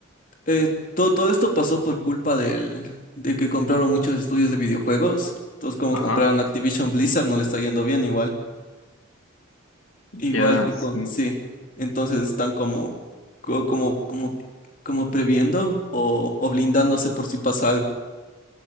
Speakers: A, on the left (about 40°); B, on the left (about 80°).
A: Eh, to- todo esto pasó por culpa del, de que compraron muchos estudios de videojuegos. Entonces, como
B: ajá,
A: compraron Activision Blizzard, no le está yendo bien igual. Igual,
B: ya,
A: y
B: sí.
A: con, sí. Entonces están como, co- como, como, como previendo o, o blindándose por si pasa algo.